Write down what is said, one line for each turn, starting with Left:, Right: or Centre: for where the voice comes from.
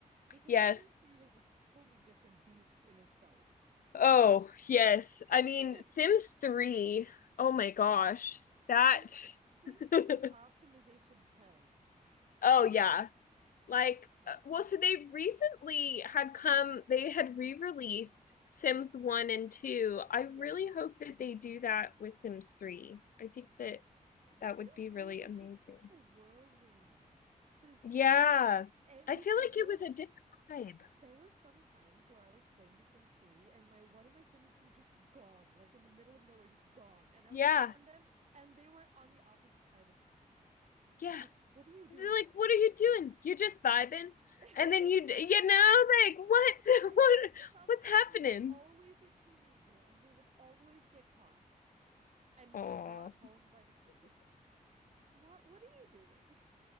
Right: because
Left: yes.
Right: The Sims 3 was a fully different beast in itself.
Left: Oh, yes.
Right: <laughs>
Left: I mean, Sims 3. Oh my gosh. That
Right: Swi- Sims 3
Left: <laughs>
Right: was optimization hell.
Left: Oh yeah. like
Right: Like,
Left: uh, well so they recently had come they had re-released sims 1 and 2 i
Right: yeah.
Left: really hope that they do that with sims 3 i think that
Right: The
Left: that
Right: Sims
Left: would be
Right: 3
Left: really
Right: was
Left: amazing
Right: just such a whirlwind. Because
Left: yeah
Right: And
Left: i
Right: you
Left: feel
Right: could
Left: like
Right: go.
Left: it was a different vibe
Right: There was some times where I was playing The Sims 3 and my one of my Sims was just gone, like in the middle of nowhere, just gone. And I
Left: yeah
Right: would click on them and they were on the opposite side of town.
Left: yeah
Right: Just, what are you doing
Left: They're
Right: there?
Left: like what are you doing you're just vibing
Right: <laughs>
Left: and then you you know like what <laughs>
Right: And
Left: what
Right: somehow
Left: what's happening
Right: it was always a teenager and they would always get caught and
Left: oh
Right: be brought home by the police. <laughs> Like, What what are you doing?